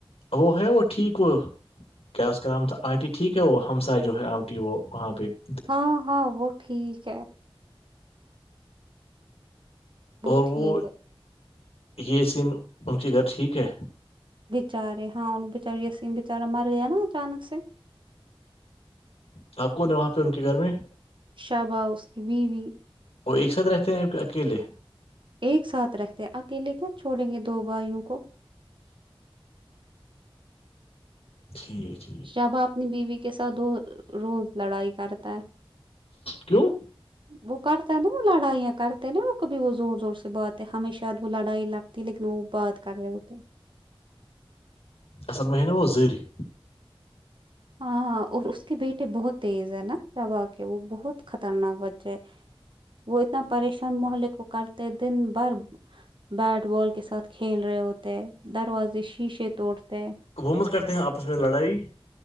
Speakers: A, on the left; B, on the right.
A: وہ ہے وہ ٹھیک وہ <unintelligible> کیا اس کا نام تھا آنٹی ٹھیک ہے وہ ہمساائے جو ہے آنٹی وہ وہاں پہ <unintelligible>
B: ہاں ہاں وہ ٹھیک ہے
A: اور
B: ٹھیک
A: وہ
B: ہے
A: یہ سن ان کے گھر ٹھیک ہے
B: بچارے ہاں ان بچار م بچارا مر گیا نا اچانک سے
A: تو آپ کون ہیں وہاں پہ ان کے گھر میں
B: شابا اس کی بیوی
A: اور ایک ساتھ رہتے ہیں اکیلے
B: ایک ساتھ رہتے اکلے کیا چھوڑیں گے دو بھائیوں کو
A: ٹھ <inaudible>
B: شباب <unintelligible> <inaudible> اپنی بیوی کے ساتھ دو روز لڑائی کرتا ہے
A: کیوں <unintelligible>
B: ہ <inaudible> وہ کرتا ہے نا وہ لڑائیاں کرتے نا کبھی وہ زور زور سے بات ہے ہمیشہ وہ لڑائی لگ لیکن وہ بات کر رہے ہو تھ
A: اصل مہ نا وہ زر <inaudible>
B: ہاں ہاں اور اس کے بیٹے بہت تیز ہے نا شبا کے وہ بہت خطرناک بچے ہے وہ اتنا پریشان محلے کو کرتے دن بھر بیٹ بال کے ساتھ کھیل رہے, ہوتے دروازے شیشے توڑتے-
A: حکومت کرتے ہیں آپس میں لڑائی-